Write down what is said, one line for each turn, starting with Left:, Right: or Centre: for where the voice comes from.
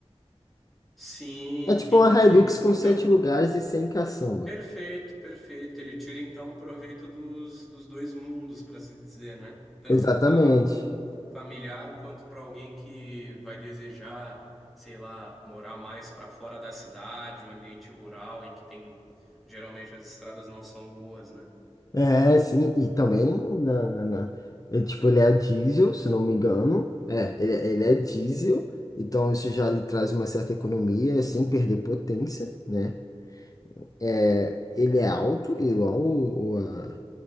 Centre: Sim,
Left: É tipo
Centre: entendi.
Left: uma Hilux com
Centre: Então,
Left: sete lugares e sem caçamba.
Centre: perfeito, perfeito. Ele tira então proveito dos, dos dois mundos, para se dizer, né? Tanto
Left: Exatamente.
Centre: um carro familiar quanto para alguém que vai desejar, sei lá, morar mais para fora da cidade, um ambiente rural em que tem geralmente as estradas não são boas, né?
Left: É, sim, e também na, na- ele, tipo, ele é diesel, se não me engano. É, ele, ele é diesel, então isso já lhe traz uma certa economia sem perder potência, né? É, ele é alto, igual o, o- a,